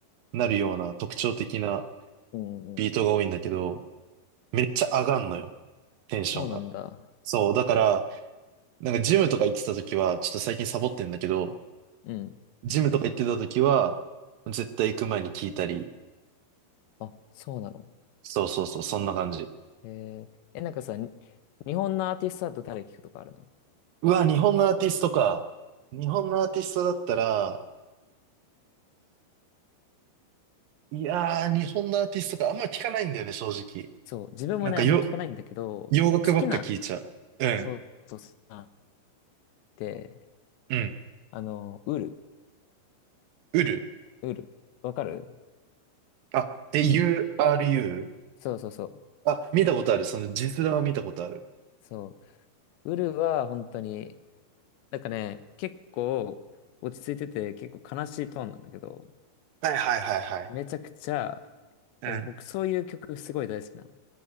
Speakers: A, on the right; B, on the left.
A: なるような特徴的な
B: うん、
A: ビートが多いんだけど、
B: うん。
A: めっちゃ上がんのよ、テンションが。
B: そうなんだ。
A: そう、だから、なんかジムとか行ってた時は、ちょっと最近サボってんだけど、
B: うん。
A: ジムとか行ってた時は、絶対行く前に聞いたり、
B: あ、そうなの。
A: そうそうそう、そんな感じ。
B: へえ、え、なんかさ、に日本のアーティストだと誰聴くとかあるの
A: うわ、日本のアーティストか。日本のアーティストだったら、いやー、日本のアーティストか、あんま聞かないんだよね、正直。
B: そう、自分もね、
A: なんかよ、
B: あんまり聞かないんだけど、
A: 洋楽ばっか聞いちゃう。
B: 好きな
A: うん、
B: そうそうそう。で、
A: うん。
B: あの、ウル、
A: ウル。
B: ウル、わかる
A: あ、え、URU?
B: そうそうそう。
A: あ、見たことある。その字面は見たことある。
B: そう。ウルは本当に、なんかね、結構落ち着いてて、結構悲しいトーンなんだけど、
A: はいはいはいはい。
B: めちゃくちゃ、
A: うん。
B: なんか僕そういう曲すごい大好きなの。